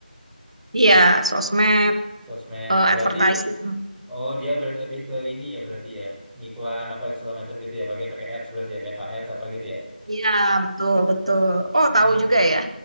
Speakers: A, on the right; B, in the centre.
A: Iya, sosmed,
B: Sosmed.
A: eh,
B: Berarti
A: advertising.
B: oh dia ber- lebih ke ini ya berarti ya. Ngiklan apa segala macam gitu ya. Pakai pakai ads berarti ya, meta ads apa gitu ya.
A: Iya, betul betul. Oh
B: Hmm,
A: tahu juga ya.